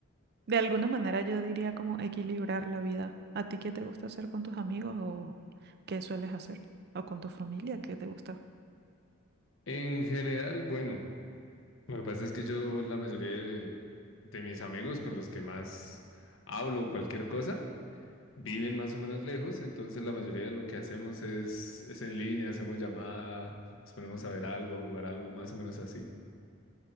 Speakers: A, on the right; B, on the left.
A: De alguna manera yo diría como equilibrar la vida. ¿A ti qué te gusta hacer con tus amigos o qué sueles hacer? ¿O con tu familia? ¿Qué te gusta?
B: En general, bueno, lo que pasa es que yo la mayoría de, de mis amigos con los que más hablo o cualquier cosa viven más o menos lejos, entonces la mayoría de lo que hacemos es, es en línea, hacemos llamada, nos ponemos a ver algo, a jugar algo, más o menos así.